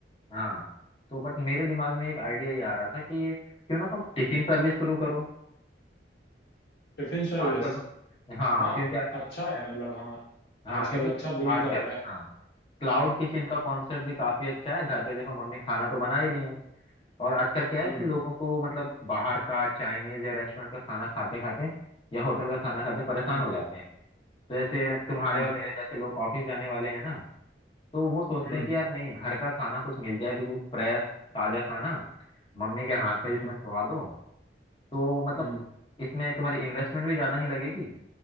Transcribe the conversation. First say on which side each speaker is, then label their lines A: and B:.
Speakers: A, on the left; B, on the left.
A: हाँ तो बट मेरे दिमाग में एक आइडिया ये आ रहा था कि क्यों ना तुम टिफिन सर्विस शुरू करो
B: Tiffin service
A: आजकल तो हाँ
B: हाँ
A: क्योंकि
B: अच्छा है मतलब हाँ
A: हाँ
B: आजकल
A: क्योंकि
B: अच्छा बूम
A: आजकल
B: कर रहा है
A: हाँ क्लाउड किचन का कॉन्सेप्ट भी काफी अच्छा है घर पे देखो मम्मी खाना तो बना ही रही है और आजकल क्या
B: हम्म
A: है कि लोगों को मतलब बाहर का चाइनीज या रेस्टोरेंट का खाना खाते खाते या होटल का खाना खाते परेशान
B: हम्म
A: हो जाते हैं तो जैसे तुम्हारे
B: हम्म
A: और मेरे जैसे लोग ऑफिस जाने वाले हैं ना तो वो सोचते
B: हम्म
A: हैं कि यार नहीं घर का खाना कुछ मिल जाए बिल्कुल फ्रेश ताजा खाना मम्मी के हाथ का
B: हम्म
A: जिसमें स्वाद हो तो मतलब
B: हम्म
A: इसमें तुम्हारी इन्वेस्टमेंट भी ज्यादा नहीं लगेगी